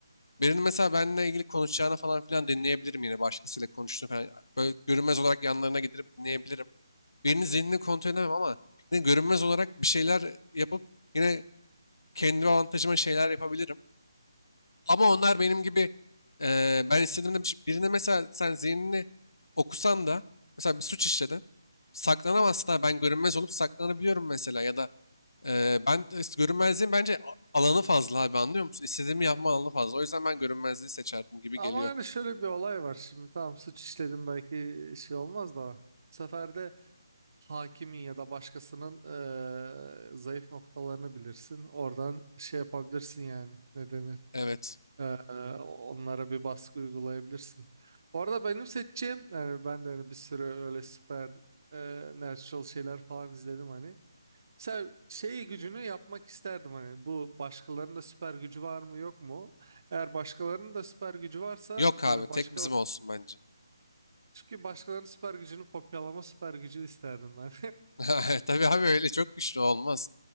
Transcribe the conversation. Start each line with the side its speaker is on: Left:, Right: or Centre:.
Left: birinin mesela benimle ilgili konuşacağını falan filan dinleyebilirim yine başkasıyla konuştuğunu falan. Böyle görünmez olarak yanlarına gidip dinleyebilirim. Birinin zihnini kontrol edemem ama yine görünmez olarak bir şeyler yapıp yine kendi avantajıma şeyler yapabilirim. Ama onlar benim gibi eee, ben istediğimde bir şey- birine mesela sen zihnini okusan da mesela bir suç işledin. Saklanamazsın ha ben görünmez olup saklanabiliyorum mesela ya da eee, ben de işte görünmezliğin bence a- alanı fazla abi anlıyor musun? İstediğimi yapma alanı fazla. O yüzden ben görünmezliği seçerdim gibi
Right: Ama
Left: geliyor.
Right: yani şöyle bir olay var. Şimdi tamam suç işledim belki şey olmaz da. Bu sefer de hakimin ya da başkasının eee, zayıf noktalarını bilirsin. Oradan şey yapabilirsin yani. Ne denir?
Left: Evet.
Right: Eee, onlara bir baskı uygulayabilirsin. Bu arada benim seçeceğim yani ben de hani bir sürü öyle süper eee, natural şeyler falan izledim hani. Mesela şey gücünü yapmak isterdim hani bu başkalarının da süper gücü var mı yok mu? Eğer başkalarının da süper gücü varsa
Left: Yok
Right: böyle
Left: abi tek
Right: başka
Left: bizim olsun bence.
Right: çünkü başkalarının süper gücünü kopyalama süper gücü isterdim ben.
Left: <laughs> Tabii abi öyle çok güçlü olmaz.